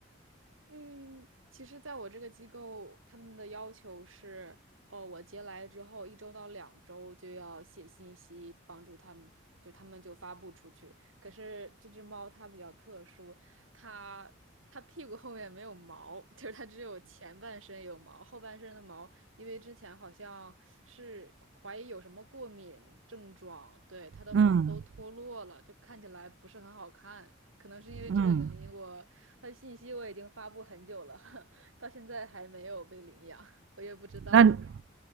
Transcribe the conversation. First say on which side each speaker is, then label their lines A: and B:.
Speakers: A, on the right (about 80°); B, on the right (about 65°).
A: 嗯，其实，在我这个机构，他们的要求是，哦，我接来之后一周到两周就要写信息，帮助他们，就他们就发布出去。可是这只猫它比较特殊，它它屁股后面没有毛，<laughs> 就是它只有前半身有毛，后半身的毛因为之前好像是怀疑有什么过敏症状，对，它的毛都脱落了，
B: 嗯
A: 就看起来不是很好看。可能是因为这个原因我，
B: 嗯，
A: 它的信息我已经发布很久了，<laughs> 到现在还没有被领养，我也不知道
B: 那